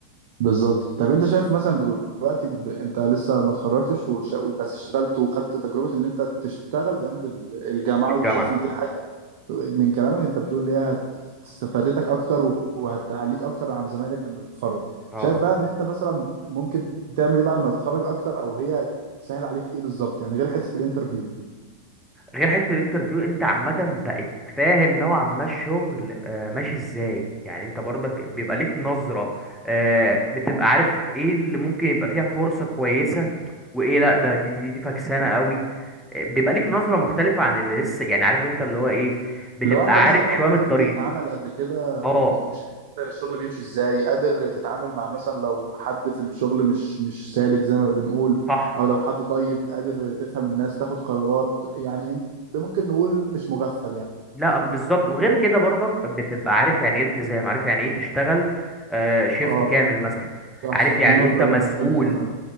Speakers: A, on the right; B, in the centre.
A: بالظبط طب انت شايف مثلا دلوقتي ب... انت لسه ما اتخرجتش وش... بس اشتغلت وخدت تجربة ان انت تشتغل جنب ال- الجامعة
B: في الجامعة
A: وشايف ان دي حاجة من كلامك انت بتقول ليها استفادتك اكتر وهتعليك اكتر عن زمايلك لما تتخرج
B: اه
A: شايف
B: طبعا
A: بقى ان انت مثلا ممكن تعمل ايه بعد ما تتخرج اكتر او هي تسهل عليك ايه بالظبط يعني غير حتة الانترفيو
B: غير حته الانترفيو انت عامه بقت فاهم نوعا ما الشغل آه، ماشي ازاي يعني انت برضك بيبقى ليك نظره آه، بتبقى عارف ايه اللي ممكن يبقى فيها فرصه كويسه وايه لا ده دي دي, دي فكسانه قوي آه، بيبقى ليك نظره مختلفه عن اللي لسه يعني عارف انت اللي هو ايه بتبقى
A: لو انت مثلا
B: عارف
A: اتحطيت
B: شويه من الطريق
A: في بيئة عمل قبل كده
B: اه
A: و- وشايف مثلاً الشغل بيمشي ازاي قادر تتعامل مع مثلا لو حد في الشغل مش مش سالك زي ما بنقول
B: صح
A: او لو حد طيب قادر تفهم الناس تاخد قرارات يعني ممكن نقول مش مغفل يعني
B: لا بالظبط وغير كده برضك بتبقى عارف يعني ايه التزام عارف يعني ايه تشتغل آه، شيفت
A: اه
B: كامل مثلا
A: صح
B: عارف
A: صح
B: يعني
A: دي نقطة
B: إيه انت مسؤول
A: جدا مهمة فعلا